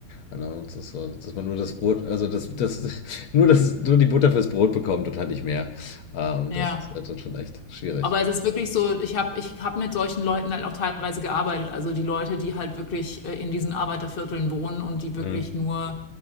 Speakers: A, on the left; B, on the left.
A: Ja, ne? Und Das ist so, dass man nur das Brot, also das, das, <laughs> nur das, nur die Butter fürs Brot bekommt und halt nicht mehr. Ähm,
B: Ja.
A: das ist halt dann schon echt schwierig.
B: Aber es ist wirklich so, ich habe ich hab mit solchen Leuten halt auch teilweise gearbeitet. Also die Leute, die halt wirklich äh, in diesen Arbeitervierteln wohnen und die wirklich
A: Mhm.
B: nur